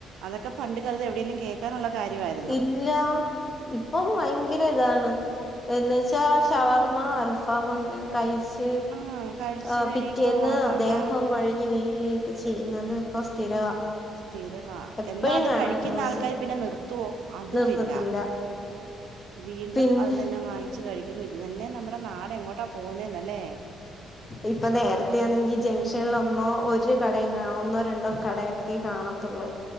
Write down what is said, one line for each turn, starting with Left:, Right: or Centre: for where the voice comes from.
Right: അതൊക്കെ പണ്ട് കാലത്ത് എവിടെലും കേക്കാനുള്ള കാര്യാര്
Left: ഇല്ലാ ഇപ്പം ഭയങ്കരതാണ് എന്നുവച്ചാ ഷവർമ്മ അൽഫാമ് അങ്ങനെക്കെ കഴിച്ച്
Right: ആഹ് കഴിച്ചു
Left: ആഹ്
Right: കഴിയുമ്പോ
Left: പിറ്റേന്ന്
Right: ആ നമ്മ
Left: ദേഹം
Right: ആ
Left: കുഴഞ്ഞ് വീഴ്വക്കെ ചെയ്യുന്നത് ഇപ്പൊ സ്ഥിരവാ.
Right: സ്ഥിരവാ
Left: എപ്പഴും
Right: എന്നാ അത്
Left: കാണാം
Right: കഴിക്കുന്ന
Left: ന്യൂസ്
Right: ആൾക്കാര് പിന്നെ നിർത്തുവോ, അതുഇല്ല.
Left: നിർത്തത്തില്ല
Right: വീണ്ടും
Left: പിന്നെ
Right: അത് തന്നെ വാങ്ങി- ച്ച് കഴിക്കുന്ന്. ഇത് തന്നെ നമ്മുടെ നാട് എങ്ങോട്ടാ പോകുന്നേന്നല്ലേ.
Left: ഇപ്പ നേരത്തെ ആണെങ്കിൽ ജംഗ്ഷനിൽ ഒന്നോ ഒരു കടയും കാ ഒന്നോ രണ്ടോ കടയൊക്കെ കാണ ത്തൊള്ള്